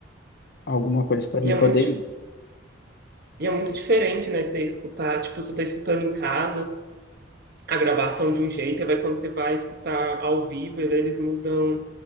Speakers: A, on the left (about 55°); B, on the right (about 55°).
A: alguma coisa para
B: E
A: mim
B: é
A: poder
B: muito
A: ir.
B: E é muito diferente, né? Você escutar, tipo, você tá escutando em casa a gravação de um jeito, e vai quando você vai escutar ao vivo, eles mudam,